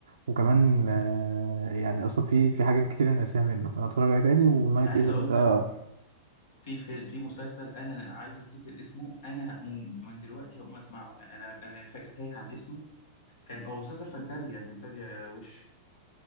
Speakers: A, on the right (about 85°); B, on the left (about 75°).
A: وكمان آه، يعني اصلا في في حاجات كتير انا ناسيها منه فانا اتفرج عليه تاني ونايت
B: انا عايز
A: ايجنت
B: اقول
A: ده
B: لك في في في مسلسل انا عايز افتكر اسمه انا من من دلوقتي هقوم اسمعه يعني انا انا فاكر تايه عن اسمه كان هو مسلسل فانتازيا فانتازيا وش